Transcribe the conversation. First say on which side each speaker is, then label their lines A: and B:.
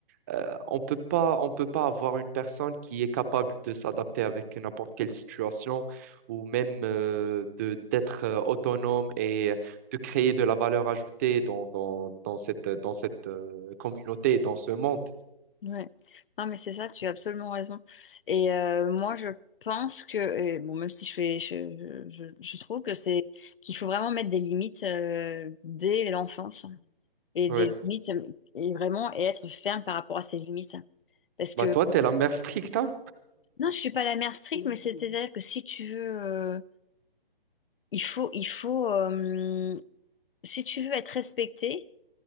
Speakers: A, on the right; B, on the left.
A: euh, on peut pas, on peut pas avoir une personne qui est capable de s'adapter avec n'importe quelle situation ou même euh, de d'être euh, autonome et euh, de créer de la valeur ajoutée dans, dans, dans cette, dans cette euh, communauté, dans ce monde.
B: Ouais. Non, mais c'est ça, tu as absolument raison. Et euh, moi, je pense que, et bon, même si je fais, je, je, je- je trouve que c'est qu'il faut vraiment mettre des limites euh, dès l'enfance et
A: Oui.
B: des limites euh, et vraiment et être ferme par rapport à ces limites. Parce que
A: Bah toi, t'es la mère stricte, hein?
B: non, je suis pas la mère stricte, mais c'est-à-dire que si tu veux, euh, il faut, il faut, euh, si tu veux être respecté,